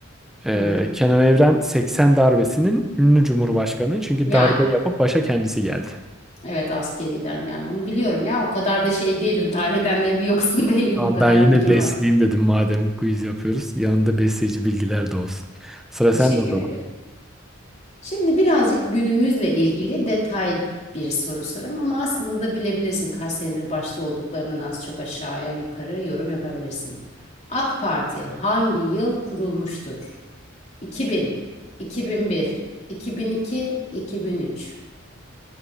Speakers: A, in the centre; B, on the left (about 35°).
A: Ee,
B: Hı hı.
A: Kenan Evren 80 darbesinin ünlü Cumhurbaşkanı çünkü
B: Yani
A: darbe yapıp başa kendisi geldi.
B: evet askeriden gelme onu biliyorum ya o kadar da şey değilim tarihten de bir yoksun <laughs> değilim
A: Tamam,
B: o kadar
A: ben yine
B: bilgim
A: besleyeyim
B: var.
A: dedim madem quiz yapıyoruz. Yanında besleyici bilgiler de olsun. Sıra
B: Teşekkür
A: sende o zaman.
B: ederim. Şimdi birazcık günümüzle ilgili detay bir soru sorayım ama aslında da bilebilirsin kaç senedir başta olduklarından az çok aşağıya yukarı yorum yapabilirsin. AK Parti hangi yıl kurulmuştur? 2000, 2001, 2002, 2003.